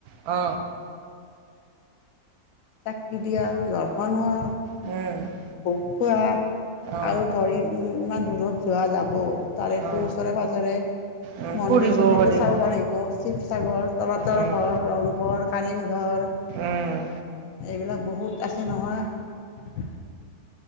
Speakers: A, on the right; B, on the left.
A: অ।
B: চাকি দিয়া, দৰ্শন হোৱা।
A: উম।
B: ভোগ খোৱা,
A: অ
B: আৰু ধৰি ই ইমান দূৰত যোৱা যাব তাৰেটো
A: অ
B: ওচৰে পাজৰে।
A: উম
B: মন্দিৰ
A: ফুৰিব
B: চন্দিৰটো চাব
A: উম
B: পাৰিব, চিপ্স। তগৰ তলাতৰ
A: উম
B: ঘৰ, ৰংঘৰ কাৰেংঘৰ এইবিলাক
A: উম
B: বহুত আছে নহয়।